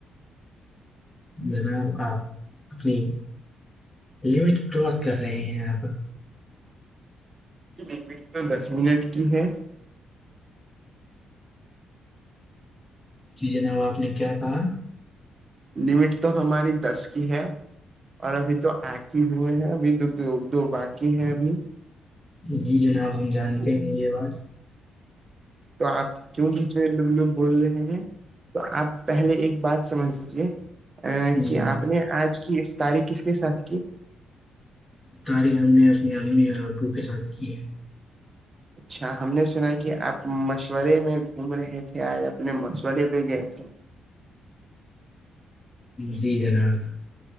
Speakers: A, on the left (about 25°); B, on the right (about 40°).
A: جناب آپ اپنی لمٹ کراس کر رہے ہیں اب
B: یہ لمٹ تو دس منٹ کی ہے
A: ج جناب آپ نے کیا کہا
B: لمٹ تو ہماری دس کی ہے اور ابھی تو آنکھ ہی ہوئے ہیں ابھی دو دو دو باقی ہیں ابھی
A: جی جناب ہم جانتے ہیں یہ بات
B: تو آپ کیوں پچے لوگ لوگ بول رہے ہیں تو آپ پہلے ایک بات سمجھ لیجیے ا
A: جی
B: کہ
A: جناب
B: آپ نے آج کی تاریخ کس کے ساتھ کی
A: تاری ہم نے اپنی امی اور ابو کے ساتھ کی ہے
B: اچھا ہم نے سنا کہ آپ مشورے میں گھوم رہے تھے آج اپنے مشورے پہ گئے تھے
A: جی جناب